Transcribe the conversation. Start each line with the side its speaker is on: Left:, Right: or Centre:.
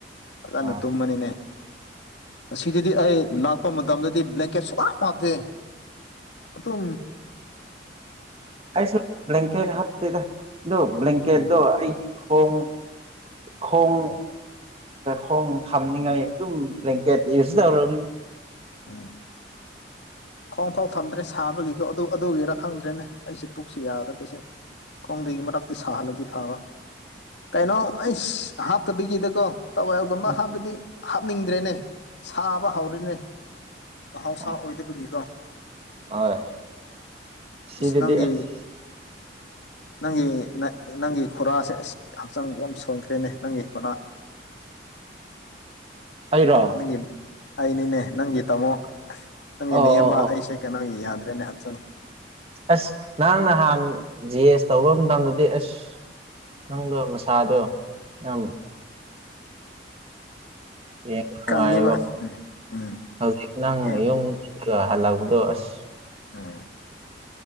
Left: ꯑꯗꯨꯗꯅ
Right: ꯑꯥ
Left: ꯇꯨꯃꯅꯤꯅꯦ ꯑꯁꯤꯗꯗꯤ ꯑꯩ ꯂꯥꯛꯄ ꯃꯇꯝꯗꯗꯤ ꯕ꯭ꯂꯦꯡꯀꯦꯠ ꯁꯨ ꯀ ꯍꯥꯥꯞꯇꯦ ꯄꯨꯝꯨꯝ
Right: ꯑꯩꯁꯨ ꯕ꯭ꯂꯀꯦꯠ ꯍꯥꯞꯇꯗ ꯑꯗꯨ ꯕ꯭ꯂꯀꯦꯠ
Left: ꯎꯝ
Right: ꯑꯩꯒꯤ ꯍꯣꯡ ꯈꯣꯡ
Left: ꯎꯝ
Right: ꯈꯣꯡ ꯊꯝꯅꯤꯉꯥꯏ ꯑꯗꯨꯝ ꯕ꯭ꯂꯦꯡꯀꯦꯠ ꯌꯨꯁ ꯇꯧꯔꯕꯅꯤ
Left: ꯎꯝ ꯈ꯭ꯋꯥꯣꯡ ꯐꯥꯎ ꯊꯝꯗ꯭ꯔꯦ ꯁꯥꯕꯒꯤꯀꯣ ꯑꯗꯨ ꯑꯗꯨꯒꯤꯔꯥ ꯈꯪꯗ꯭ꯔꯦꯅꯦ ꯑꯩꯁꯦ ꯄꯨꯛꯁꯨ ꯌꯥꯗꯕꯁꯦ ꯈꯣꯡꯗꯒꯤ ꯃꯅꯥꯛꯇ ꯁꯥꯍꯜꯂꯒ ꯐꯥꯕ ꯀꯩꯅꯣ ꯑꯩꯁ ꯍꯥꯞꯇꯕꯤꯒꯤꯗꯀꯣ ꯇꯋꯥꯏꯒꯨꯝꯕ
Right: ꯎꯝ
Left: ꯍꯥꯞꯄꯗꯤ ꯍꯥꯞꯅꯤꯡꯗ꯭ꯔꯦꯅꯦ ꯁꯥꯕ ꯍꯧꯔꯦꯅꯦ ꯑꯥꯎꯁ
Right: ꯑꯣ
Left: ꯑꯣꯏꯗꯕꯒꯤ
Right: ꯍꯣꯏ ꯁꯤꯗꯗꯤ
Left: ꯏꯁꯤꯅꯪꯒꯤ
Right: ꯑꯁ
Left: ꯅꯪꯒꯤ ꯅꯪꯒꯤ ꯈꯨꯔꯥꯁꯦ ꯑꯁ ꯍꯛꯆꯥꯡ ꯌꯥꯝ ꯁꯣꯟꯈ꯭ꯔꯦꯅꯦ ꯅꯪꯒꯤ ꯈꯨꯔꯥ
Right: ꯑꯩꯔ
Left: ꯅꯪꯒꯤ ꯑꯩꯅꯤꯅꯦ ꯅꯪꯒꯤ ꯇꯥꯃꯣ ꯅꯪꯒꯤ
Right: ꯑꯣ
Left: ꯅꯑꯕ
Right: ꯑꯣ
Left: ꯑꯩꯁꯦ ꯀꯩꯅꯣꯒꯤ ꯌꯥꯗ꯭ꯔꯦꯅꯦ ꯍꯛꯆꯥꯡ
Right: ꯑꯁ ꯅꯪ ꯅꯍꯥꯟ ꯖꯤ ꯑꯦꯁ ꯇꯧꯕ ꯃꯇꯝꯗꯗꯤ ꯑꯁ ꯅꯪꯗꯣ ꯁꯥꯗ ꯎꯝ ꯌꯥꯝ ꯅꯨꯡꯉꯥꯏꯕ
Left: ꯀꯪꯉꯦꯕ ꯎꯝ ꯎꯝ
Right: ꯍꯧꯖꯤꯛ ꯅꯪ
Left: ꯌꯥꯝ
Right: ꯌꯨꯝ ꯍꯜꯂꯛꯄꯗ ꯑ ꯑꯁ
Left: ꯑ